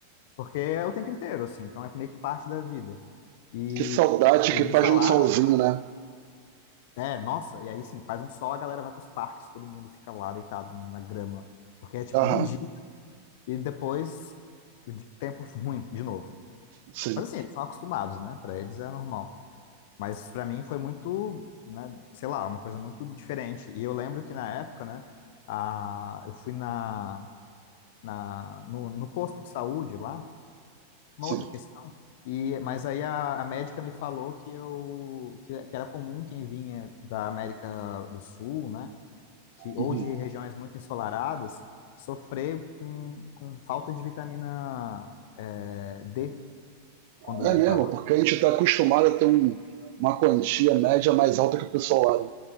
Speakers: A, on the left; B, on the right.
A: porque é o tempo inteiro, assim, então é meio que parte da vida. E,
B: que saudade
A: e
B: que
A: me
B: faz
A: falaram,
B: de um solzinho, né?
A: é, nossa, e aí sim, faz um sol, a galera vai pros parques, todo mundo fica lá deitado na grama, porque é tipo
B: Aham,
A: um dia e depois o di- tempo ruim de novo.
B: sim,
A: Mas assim, eles são acostumados, né? Pra eles é normal. Mas para mim foi muito, né, sei lá, uma coisa muito diferente. E eu lembro que na época, né, a, eu fui na, na no, no posto de saúde lá, uma
B: sim.
A: outra questão. E mas aí a, a médica me falou que eu que, que era comum quem vinha da América do Sul, né, que ou
B: Uhum.
A: de regiões muito ensolaradas, sofrer com, com falta de vitamina eh, D quando
B: É
A: ia
B: mesmo,
A: para lá.
B: porque a gente está acostumado a ter um, uma quantia média mais alta que o pessoal lá. né?